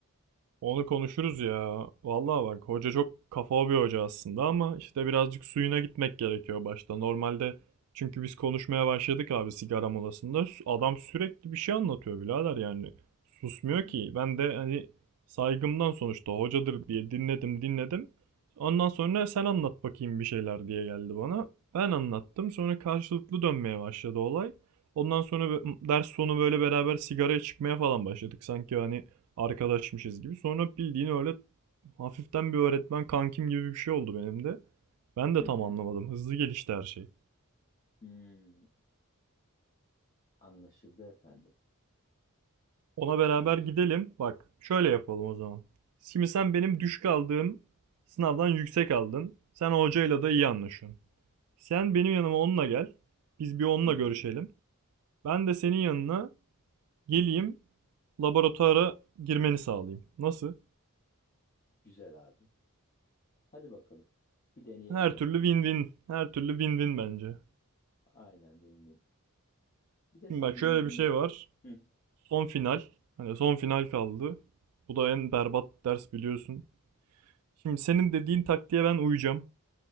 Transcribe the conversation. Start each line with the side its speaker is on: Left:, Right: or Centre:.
Right: Onu konuşuruz ya. Vallahi bak hoca çok kafa bir hoca aslında ama işte birazcık suyuna gitmek gerekiyor başta. Normalde çünkü biz konuşmaya başladık abi sigara molasında. Adam sürekli bir şey anlatıyor birader yani. Susmuyor
Left: Hı hı.
Right: ki. Ben de hani saygımdan sonuçta hocadır diye dinledim dinledim. Ondan sonra sen anlat bakayım bir şeyler diye geldi bana. Ben anlattım. Sonra karşılıklı dönmeye başladı olay. Ondan sonra bö- ders sonu böyle beraber sigaraya çıkmaya falan başladık. Sanki hani arkadaşmışız gibi. Sonra bildiğin öyle hafiften bir öğretmen kankim gibi bir şey oldu benim de. Ben de
Left: Hı hı.
Right: tam anlamadım. Hızlı gelişti her şey.
Left: Hmm. Anlaşıldı efendim.
Right: Ona beraber
Left: Anlaşıldı
Right: gidelim.
Left: efendim.
Right: Bak şöyle yapalım o zaman. Şimdi sen benim düşük aldığım sınavdan yüksek aldın. Sen hocayla da iyi anlaşıyorsun. Sen benim yanıma onunla gel. Biz bir onunla
Left: Hı.
Right: görüşelim. Ben de senin yanına geleyim. Laboratuvara girmeni sağlayayım. Nasıl?
Left: Güzel abi. Hadi bakalım. Bir deneyelim
Right: Her
Left: bakalım
Right: türlü win-win.
Left: gidelim.
Right: Her türlü win-win bence.
Left: Aynen benim benim. Bir de
Right: Şimdi
Left: sen
Right: bak şöyle
Left: beni dinle.
Right: bir şey var.
Left: Hı.
Right: Son final. Hani son final kaldı. Bu da en berbat ders biliyorsun. Şimdi senin dediğin taktiğe ben uyacağım.